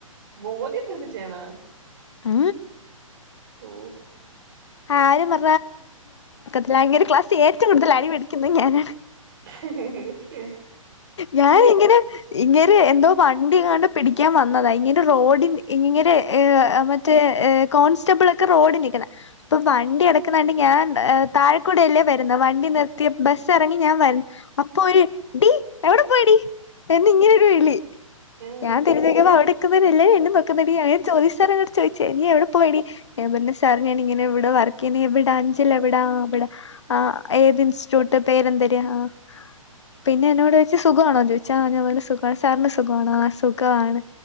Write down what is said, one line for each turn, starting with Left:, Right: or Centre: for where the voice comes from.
Right: ബോധ്യപ്പെടുത്തി ചെയ്യണോ
Left: ആ
Right: ഓ
Left: ആദ്യം പ റഞ്ഞാൽ <unintelligible> ക്ലാസ്സിൽ ഏറ്റവും കൂടുതൽ അടി മേടിക്കുന്നത് ഞാനാണ്
Right: ഏഹ്
Left: ഞാൻ ഇങ്ങനെ ഇങ്ങേര് എന്തോ വണ്ടി എങ്ങാണ്ട് പിടിക്കാൻ വന്നതാ ഇങ്ങേര് റോഡിൽ ഇങ്ങേര് മറ്റേ കോൺസ്റ്റബിൾ ഒക്കെ റോഡിൽ നിക്കണ് അപ്പോ വണ്ടി കിടക്കണ കണ്ട് ഞാൻ താഴെക്കൂടെ അല്ലേ വരുന്നത് വണ്ടി നിർത്തി ബസ് ഇറങ്ങി ഞാൻ വന്നു അപ്പോ ഒരു ടി എവടെ പ്പോയെടി എന്നിങ്ങനെ ഒരു വിളി
Right: ഏഹ്
Left: ഞാൻ തിരിഞ്ഞ് നോക്കിയപ്പോ <unintelligible> <unintelligible> സാർ എന്നോട് ചോദിച്ചേ നീ എവിടെ പോയെടി ഞാൻ പറഞ്ഞു സാർ ഇങ്ങനെ ഞാൻ ഇവിടെ വർക്ക്‌ ചെയ്യുന്നതാ എവിടാ അഞ്ചൽ എവിടാ എവിടാ ഏത് ഇൻസ്റ്റിറ്റ്യൂട്ട് പേര് എന്തര് ആ പിന്നെ എന്നോട് ചോദിച്ചു സുഖമാണോന്ന് ചോദിച്ചു ആ ഞാൻ പറഞ്ഞു സുഖമാണെന്ന് സാറിന് സുഖമാണോ ആ സുഖവാണ്